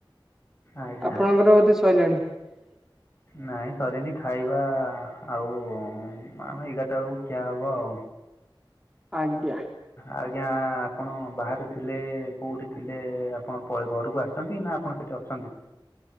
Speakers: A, on the left; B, in the centre.
A: ଆଜ୍ଞା
B: ଆପଣଙ୍କର ବୋଧେ ସଇଲାଣି? ଆ <inaudible>
A: ନାଇଁ ସରିନି ଖାଇବା ଆଉ ଆମେ ଏଗାରଟା ବେଳକୁ ଠିଆ ହବ ଆଉ।
B: ଆଜ୍ଞା।
A: ଆଜ୍ଞା ଆପଣ ବାହାରେ ଥିଲେ, କେଉଁଠି ଥିଲେ ଆପଣ ଘରକୁ ଆସ ଅଛନ୍ତି ନା ଆପଣ ସେଠି ଅଛନ୍ତି?